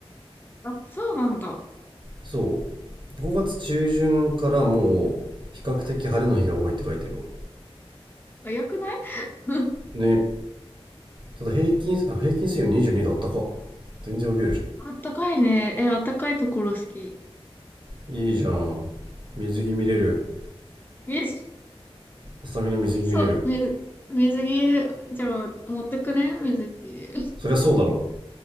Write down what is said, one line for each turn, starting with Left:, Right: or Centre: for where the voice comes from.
Left: あ、そうなんだ。
Right: そう。5月中旬からもう比較的晴れの日が多いって書いてるわ。
Left: 早くない <laughs>
Right: ね。ただ平均あ平均水温22度あったか全然分けるじ
Left: あったかいね。え、あったかいところ好き。
Right: ゃんいいじゃん水着見れる
Left: 水、
Right: ハサミの水着見れる
Left: そう、水、水着、じゃあ、持ってくね水着。
Right: そりゃそうだろう